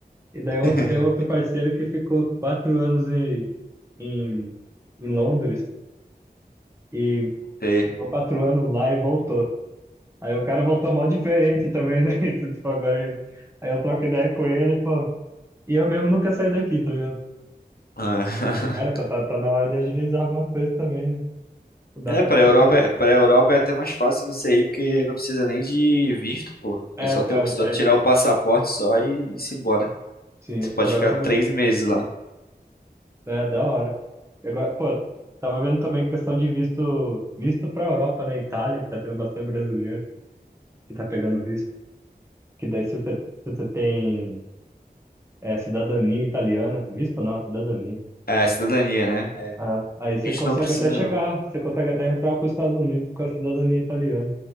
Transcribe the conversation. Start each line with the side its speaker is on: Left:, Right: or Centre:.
Right: E daí
Left: <laughs>
Right: eu- tem outro parceiro que ficou quatro anos em, em, em Londres e
Left: Sei.
Right: ficou quatro anos lá e voltou. Aí o cara voltou mó diferente também, né? <laughs> Isso, tipo, Agora, aí eu troco ideia com ele, pô. E eu mesmo nunca saí daqui, tá ligado?
Left: Ah.
Right: Mas, cara, pô, tá, tá na hora de agilizar alguma coisa também, né? Não dá
Left: É,
Right: pra
Left: pra
Right: ficar
Left: Europa,
Right: só.
Left: pra Europa é até mais fácil você ir, porque não precisa nem de visto, pô.
Right: É,
Left: É só,
Right: é,
Left: ter, só tirar
Right: é,
Left: o passaporte só e, e se embora.
Right: sim,
Left: Você pode
Right: agora
Left: ficar
Right: tá.
Left: três
Right: me-
Left: meses lá.
Right: É, da hora. E Agora, pô, tava vendo também questão de visto, visto pra Europa, né? Itália, que tá tendo bastante brasileiro que tá pegando visto. Que daí, se você, se você tem é, cidadania italiana, visto não, cidadania.
Left: É, a cidadania, né? É.
Right: Ah, aí
Left: Visto
Right: você consegue
Left: não precisa,
Right: até chegar,
Left: não.
Right: você consegue até entrar pros Estados Unidos com a cidadania italiana.